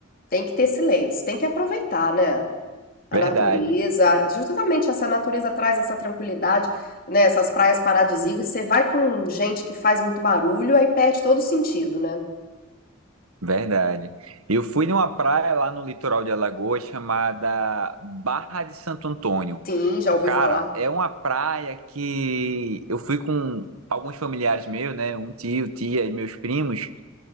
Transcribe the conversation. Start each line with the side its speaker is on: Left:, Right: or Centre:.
Left: Tem que ter silêncio, tem que aproveitar, né? A
Right: Verdade,
Left: natureza, justamente essa natureza traz essa tranquilidade, né? Essas praias paradisíacas. Você vai com gente que faz muito barulho, aí perde todo o sentido, né?
Right: verdade. Eu fui numa praia lá no litoral de Alagoas chamada Barra de Santo Antônio.
Left: Sim, já ouvi
Right: Cara,
Left: falar.
Right: é uma praia que eu fui com alguns familiares meus, né? Um tio, tia e meus primos.